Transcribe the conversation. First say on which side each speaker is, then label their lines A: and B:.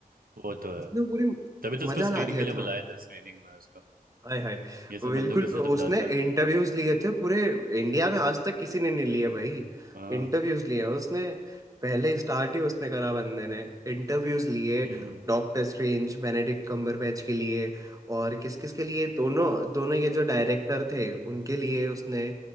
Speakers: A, on the right; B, on the right.
A: वो तो
B: उसने
A: है
B: पूरी
A: तभी तो उसको
B: मजा
A: स्क्रीनिंग
B: ला दिया
A: के लिए बुलाया
B: था
A: था स्क्रीनिंग में उसको
B: हाय हाय
A: ये सब
B: बिल्कुल
A: बंदों को इसलिए
B: उसने
A: तो बुलाता है
B: इंटरव्यूज लिए थे पूरे इंडिया में आज तक किसी ने नहीं लिए भाई
A: हाँ
B: इंटरव्यूज लिए उसने पहले स्टार्ट ही उसने करा बंदे ने इंटरव्यूज लिए
A: हम्म
B: डॉक्टर स्ट्रेंज बेनेडिक्ट कम्बरबैच के लिए और किस किस के लिए दोनों दोनों ये जो डायरेक्टर थे उनके लिए उसने